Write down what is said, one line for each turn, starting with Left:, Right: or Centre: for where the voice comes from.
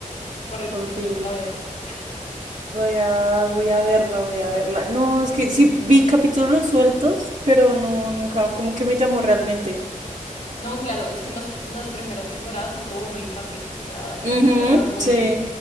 Left: Te recomiendo
Right: Porque
Left: que la veas. <laughs>
Right: voy a, voy a verla, voy a verla. No, es
Left: Sí.
Right: que sí, vi capítulos sueltos, pero no, nunca, como que me llamó realmente.
Left: No, claro, es que los, las primeras temporadas son como muy infantiles, o sea, son
Right: Ujú,
Left: cosas muy,
Right: sí.